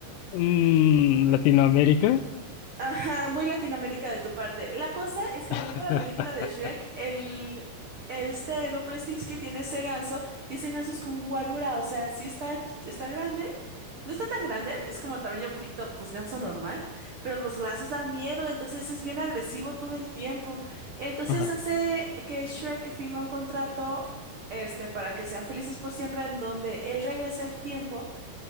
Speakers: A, on the left; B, on the right.
A: Mm, ¿Latinoamérica?
B: Ajá, muy Latinoamérica de tu parte. La cosa es que
A: <laughs>
B: volviendo a la película de Shrek, el, el este, el Rupestinski tiene ese ganso y ese ganso es como un guarura, o sea, sí está, ch- está grande. No está tan grande, es como tamaño poquito, pues ganso normal, pero los lazos dan miedo, entonces es bien agresivo todo el tiempo. Entonces
A: Ajá.
B: hace que Shrek firme un contrato, este, para que sean felices por siempre, en donde él regresa el tiempo